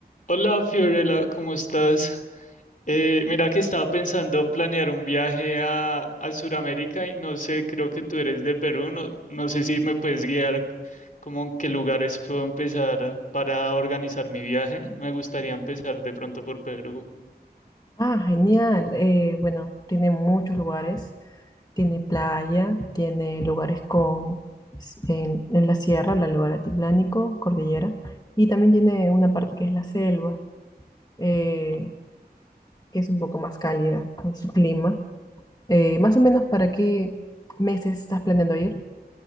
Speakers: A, on the left (about 50°); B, on the left (about 25°).
A: Hola Fiorella, ¿cómo estás? Eh, mira que estaba pensando planear un viaje a, a Sudamérica y no sé, creo que tú eres de Perú, no, no sé si me puedes guiar como en qué lugares puedo empezar para organizar mi viaje. Me gustaría empezar de pronto por Perú.
B: Ah, genial. Eh, bueno, tiene muchos lugares. Tiene playa, tiene lugares con s- en, en la sierra, la lugar altiplánico, cordillera, y también tiene una parte que es la selva, eh,
A: ¿no?
B: que es un poco más cálida en su clima. Eh, más o menos, ¿para qué meses estás planeando ir?